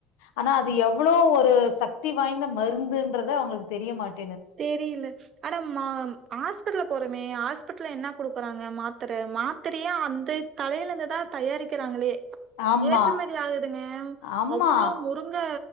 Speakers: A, on the left; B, on the right.
A: ஆனா அது எவ்வளோ சக்தி வாய்ந்த மருந்துன்றத அவங்களுக்கு தெரிய மாட்டேன்
B: தெரியல ஆடா ஹாஸ்பிடல்ல போறமே ஹாஸ்பிடல் என்ன குடுக்குறாங்க மாத்திர மாத்திரையா அந்த தலையில இருந்துதான் தயாரிக்கிறாங்களே
A: ஆமா
B: ஏற்றுமதி ஆகுதுங்க
A: ஆமா
B: அவ்வளவு முருங்க